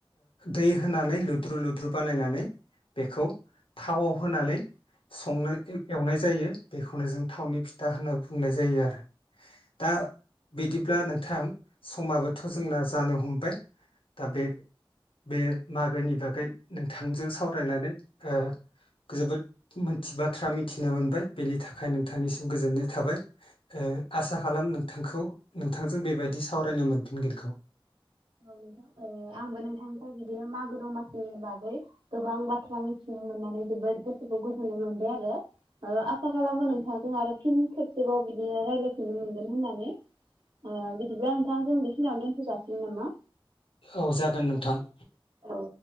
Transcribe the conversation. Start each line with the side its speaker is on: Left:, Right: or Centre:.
Left: दै होनानै लुद्रु लुद्रु बानायनानै बेखौ थावाव होनानै संनो एवनाय जायो बेखौनो जों थावनि फिथा होनना बु बुंनाय जायो आरो दा बिदिब्ला नों थां समाबोथ' जोंना जानो हम बाय दा बे बे मागोनि बागै नोंथांजों सावरायनानै ओ जोबोद मोनथि बाथ्रा मिथि नो मोनबाय बेनि थाख आखाय नोंथांनिसिम गोजोननाय थाबाय ओ आसा खालाम नोंथांखौ नोंथांजों बेबायदि सावरायनो मोनफिनगोनखौ
Right: औ नोंथां आंबो नोंथांनिफ्राय बिदिनो मागो दमासिनि बागै गोबां बाथ्रा मिथिनो मोननानै जोबोद गोसोखौ गोजोननाय मोनदों आरो ओआसा खालामो नोंथांजों आरो फिन खेबसेबाव बिदिनो रायजलायफिननो मोनगोन होननानै ओ बिदिब्ला नोंथांजों बेखिनियावनो दोनथ' जासिगोन नामा
Left: औ जागोन नोंथां
Right: औ